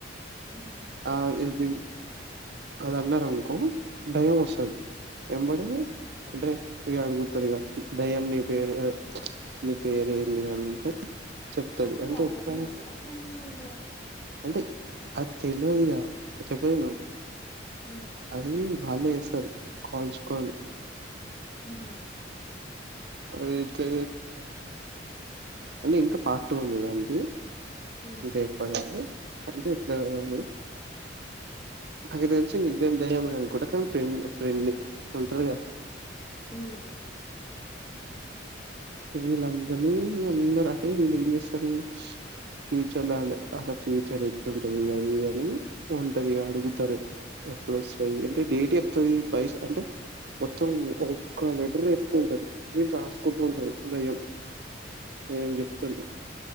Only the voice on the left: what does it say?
ఉహూ.
అంటే ఇది హార్రర్
మూవీ ఆ థ్రిల్లింగ్ మూవీ ఆ
హ్మ్.
ఉహూ
హ్మ్.
ఉమ్